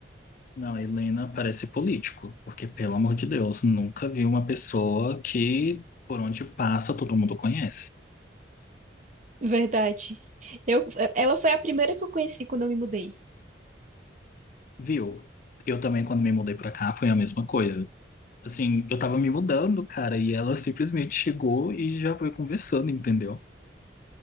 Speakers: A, on the left; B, on the right.
A: Não, a Helena parece político, porque, pelo amor de Deus, nunca vi uma pessoa que, por onde passa, todo mundo conhece.
B: Verdade. Eu, ela foi a primeira que eu conheci quando eu me mudei.
A: Viu? Eu também, quando me mudei pra cá, foi a mesma coisa. Assim, eu tava me mudando, cara, e ela simplesmente chegou e já foi conversando, entendeu?